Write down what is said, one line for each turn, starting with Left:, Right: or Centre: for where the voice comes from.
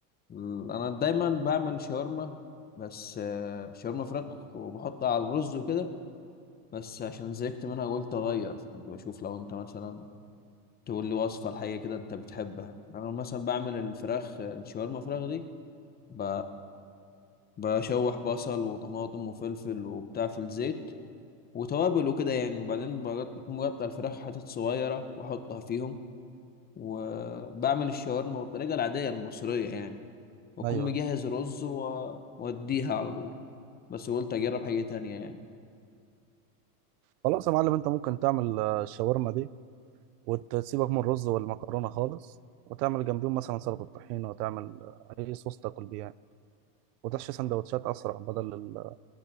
Left: ال- انا دايما بعمل شاورما بس آه، شاورما فراخ وبحطها على الرز وكده بس عشان زهقت منها قلت اغير كنت بشوف لو انت مثلا تقول لي وصفة لحاجة كده انت بتحبها انا مثلا بعمل الفراخ الشاورما فراخ دي ب... بشوح بصل وطماطم وفلفل وبتاع في الزيت وتوابل وكده يعني وبعدين بقط- بكون مقطع الفراخ حتت صغيرة وأحطها فيهم وبعمل الشاورما بالطريقة العادية المصرية يعني وأكون
Right: أيوه
Left: مجهز
Right: أيوه
Left: رز و- وأديها على طول بس قلت أجرب حاجة تانية يعني
Right: خلاص يا معلم انت ممكن تعمل آه، الشاورما دي وتسيبك من الرز والمكرونة خالص وتعمل جنبيهم مثلا سلطة طحينة وتعمل أي صوص تاكل بيه يعني وتحشي سندوتشات أسرع بدل ال-